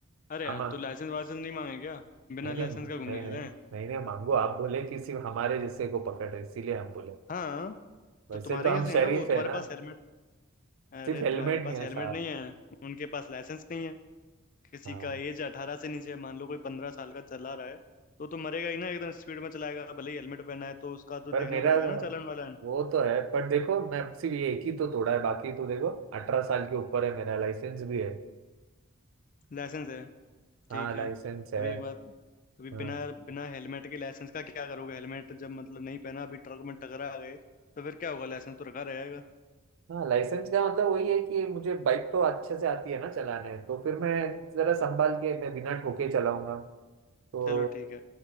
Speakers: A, on the left; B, on the right.
A: अरे
B: हम
A: यार तो लाइसेंस वाइसेंस नहीं मांगे क्या बिना
B: नहीं
A: लाइसेंस
B: नहीं नहीं
A: का घूमने देते
B: नहीं
A: हैं
B: नहीं नहीं मांगो आप बोले कि सिर्फ हमारे जैसे को पकड़े इसीलिए हम बोले
A: हाँ
B: वैसे
A: तो तुम्हारे
B: तो हम
A: कैसे
B: शरीफ
A: है ना वो तुम्हारे
B: है ना
A: पास हेलमेट अरे
B: सिर्फ हेलमेट
A: तुम्हारे पास
B: नहीं है
A: हेलमेट
B: साहब
A: नहीं है उनके पास लाइसेंस नहीं है किसी
B: हाँ
A: का एज अठारह से नीचे है मान लो कोई पंद्रह साल का चला रहा है तो तो मरेगा ही ना एकदम स्पीड में चलाएगा भले ही हेलमेट पहना है तो उसका तो
B: पर
A: देखना
B: मेरा
A: पड़ेगा ना चालान वाला है,
B: वो तो है पर देखो मैं सिर्फ ये एक ही तो तोड़ा है बाकी तो देखो अठारह साल के ऊपर है मेरा लाइसेंस भी है
A: लाइसेंस है
B: हाँ
A: ठीक
B: लाइसेंस
A: है
B: है
A: अभी एक बात अभी
B: हाँ
A: बिना बिना हेलमेट के लाइसेंस का क्या करोगे हेलमेट जब मतलब नहीं पहना अभी ट्रक में टकरा गए तो फिर क्या होगा लाइसेंस तो रखा रहेगा
B: हाँ लाइसेंस का मतलब वही है कि मुझे बाइक तो अच्छे से आती है ना चलाने तो फिर मैं जरा संभाल के मैं बिना ठोके चलाऊंगा तो
A: चलो ठीक है